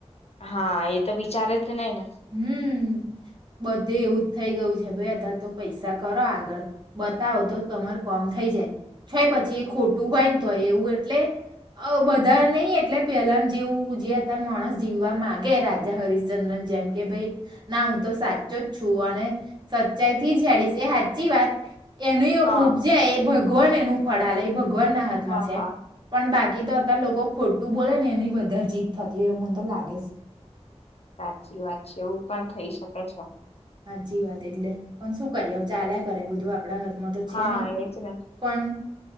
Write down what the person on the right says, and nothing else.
હમ્મ. બધે એવુંજ થઈ ગયું છે ભાઈ અત્યારે તો પૈસા કરો આગળ, બતાવો તો તમાર કોમ થઈ જાય છેય પછી એ ખોટું હોય ને તોય એવું એટલે આવ બધા નય, એટલે પેલા જેવું જે અત્યારે માણસ જીવવા માંગે રાજા હરશ્ચંદ્રની જેમ કે ભાઈ ના હું તો સાચો જ છું અને સચ્ચાઈ થી જ હેડીશ, એ સાચી વાત એનું
ઉપજાય એ ભગવાન એનું ફળા લે એ ભગવાન ના હાથમાં
છે
પણ બા કી તો અત્યારે લોકો ખોટું બોલે ને એની વધારે જીત થતી હોય એવું મને તો લાગે સે.
સાચી વાત એટલે, પણ શું કરીએ ચાલયા કરે બધું આપ આપડા હાથમાં તો
છે નઈ,
પણ